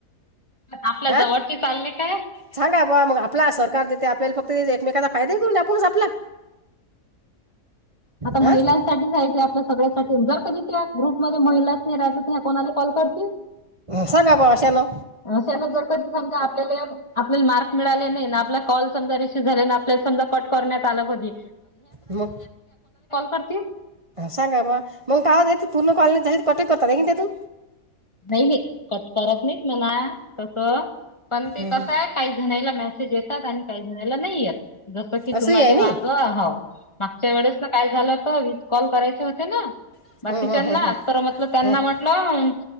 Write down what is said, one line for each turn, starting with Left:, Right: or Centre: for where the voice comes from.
Left: आपल्या
Right: अ
Left: जवळची चालले काय
Right: सांगा बाबा मग आपला सर्कार. देते आपल्याला फक्त एकमेकाचा फायदा करून आपणच आपला.
Left: आता
Right: हां
Left: महिलांसाठीचयच आपल्या सगळ्यासाठी जर कधी. त्या ग्रुप म महिलाच नाही राजत कोणाला कॉल करतील..
Right: सांगा अशा न.
Left: न जर कधी समजा आपल्याला आपल्याला मार्क मिळाले नाही ना आपल्याला कॉल्. रिसीव्ह आपल्याला समजा कट करण्यात आलं म्हणजे.
Right: ग
Left: करतील
Right: सांगा बा मग काय होता पूर्ण कॉलेज. कटक करत नाही क त्यातून.
Left: नाही नाही कट करत नाहीत म्हणा. तस पण ते
Right: हं,
Left: कस
Right: हं.
Left: आहे काही जणाला मेसेज येतात आणि काही जणाला नाही येत. जस की
Right: असंही
Left: तुम्हाला
Right: आहे नाही
Left: माग ह मागच्या वेळेस ना काय झालं तर. कॉल करायचे होते ना
Right: हं,
Left: बाकीच्यांना
Right: हं, हं, हं,
Left: तर म्हटलं त्यांना
Right: हं.
Left: म्हटलं.